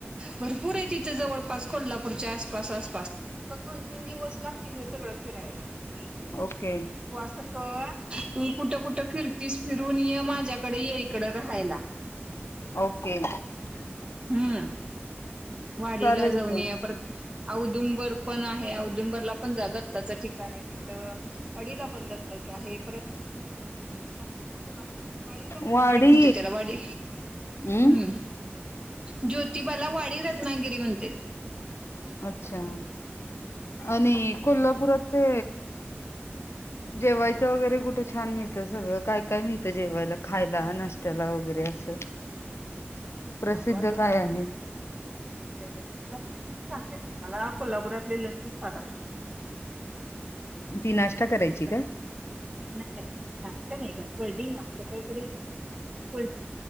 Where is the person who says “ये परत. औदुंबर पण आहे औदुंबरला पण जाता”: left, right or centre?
Right